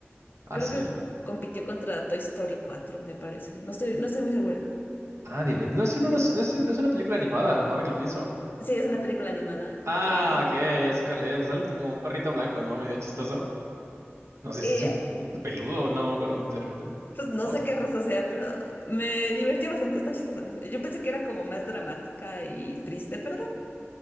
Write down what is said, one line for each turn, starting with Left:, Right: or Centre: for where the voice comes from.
Right: Ah,
Left: Creo
Right: sí.
Left: que compitió contra Toy Story cuatro me parece. No estoy, no estoy muy segura.
Right: Ah, de ver. No es, un- no es, no es un- no es una película animada, ahora que lo pienso.
Left: Sí, es una película animada.
Right: Ah,
Left: Y
Right: ok, ya sé cuál es. Que sale un, co- como un perrito blanco, ¿no? Medio chistoso. No sé
Left: eh,
Right: si es un poco peludo, no me acuerdo, sinceramente.
Left: Pues no
Right: O-
Left: sé qué raza sea, pero me divertí bastante, está chistosa. Yo pensé que era como más dramática y triste, pero no,